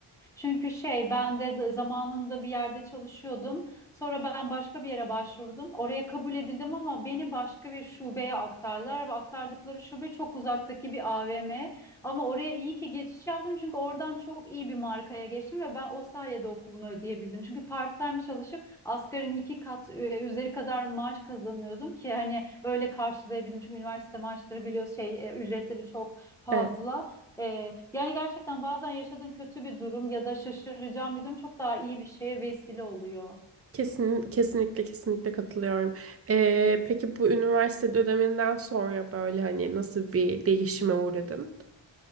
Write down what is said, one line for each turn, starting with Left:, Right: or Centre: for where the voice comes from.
Centre: Çünkü şey ben de de zamanında bir yerde çalışıyordum. Sonra ben başka bir yere başvurdum. Oraya kabul edildim ama beni başka bir şubeye aktardılar ve aktardıkları şube çok uzaktaki bir AVM. Ama oraya iyi ki geçiş yaptım çünkü oradan çok iyi bir markaya geçtim ve ben o sayede okulumu ödeyebildim. Çünkü part-time çalışıp asgarin iki kat e, üzeri kadar maaş kazanıyordum ki hani öyle karşılayabildim. Çünkü üniversite maaşları biliyorsun şey e, ücretleri çok fazla.
Right: Evet,
Centre: Ee, yani gerçekten bazen yaşadığın kötü bir durum ya da şaşıracağın bir durum çok daha iyi bir şeye vesile oluyor.
Right: kesin, kesinlikle kesinlikle katılıyorum. Ee, peki bu üniversite döneminden sonra böyle hani nasıl bir değişime uğradın?